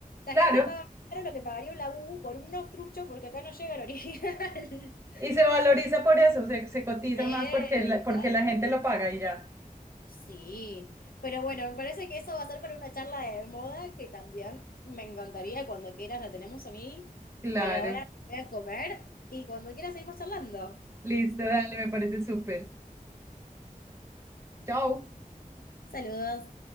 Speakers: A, on the left (about 80°); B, on the right (about 20°).
A: La
B: Claro,
A: gente paga más caro lo que pagaría un labú por un nofstrucho porque acá no llega el original. <laughs>
B: y se valoriza por eso, se, se cotiza
A: Sí,
B: más porque la,
A: olvidate.
B: porque la gente lo paga y ya.
A: Sí, pero bueno, me parece que eso va a ser para una charla de moda que también me encantaría cuando quieras, la tenemos a mí,
B: Claro,
A: pero ahora voy a comer y cuando quieras seguimos charlando.
B: listo, dale, me parece súper. Chao.
A: Saludos.